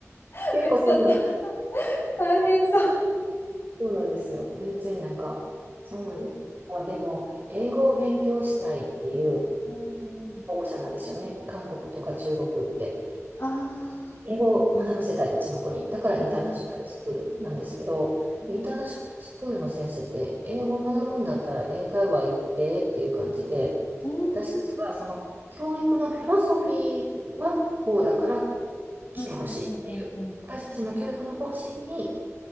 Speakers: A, on the left; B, on the right.
A: ーめっちゃた
B: 結構そうな、
A: 大変そう。
B: そうなんですよ。全然なんか、そうなんです。あ、でも、英語を勉強したいっていう
A: うん
B: 保護者なんですよね。韓国とか中国って。
A: あ
B: 英語を学ばせたい、うちの子に。だからインターナショナルスクールなんですけど、
A: あー、うんうんうん。
B: インターナショナルスクールの先生って、英語を学ぶんだったら英会話行ってっていう感じで、
A: うん。
B: 私たちはその教育のフィロソフィーはこうだから来てほしいっていう、
A: うんうんうんうんうん。
B: 私たちの教育の方針に